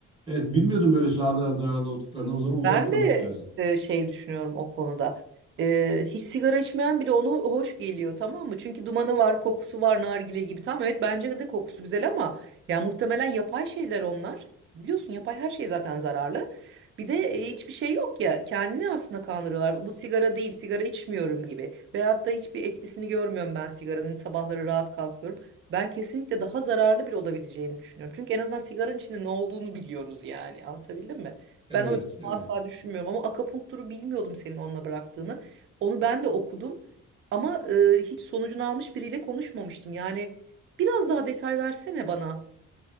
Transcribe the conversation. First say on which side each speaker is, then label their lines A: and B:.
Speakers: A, on the right (about 20°); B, on the right (about 45°).
A: evet bilmiyordum böyle sağlığa zararlı olduklarını. O zaman uzak
B: Ben
A: durmak
B: de
A: lazım.
B: e, şey düşünüyorum o konuda. E, hiç sigara içmeyen bile onu hoş geliyor tamam mı? Çünkü dumanı var, kokusu var, nargile gibi. Tamam evet bence de kokusu güzel ama ya muhtemelen yapay şeyler onlar. Biliyorsun yapay her şey zaten zararlı. Bir de e, hiçbir şey yok ya kendini aslında kandırıyorlar. Bu sigara değil, sigara içmiyorum gibi. Veyahut da hiçbir etkisini görmüyorum ben sigaranın. Sabahları rahat kalkıyorum. Ben kesinlikle daha zararlı bile olabileceğini düşünüyorum. Çünkü en azından sigaranın içinde ne olduğunu biliyoruz yani. Anlatabildim mi?
A: Evet,
B: Ben o
A: evet.
B: asla düşünmüyorum ama akupunkturu bilmiyordum senin onunla bıraktığını. Onu ben de okudum ama e, hiç sonucunu almış biriyle konuşmamıştım. Yani biraz daha detay versene bana.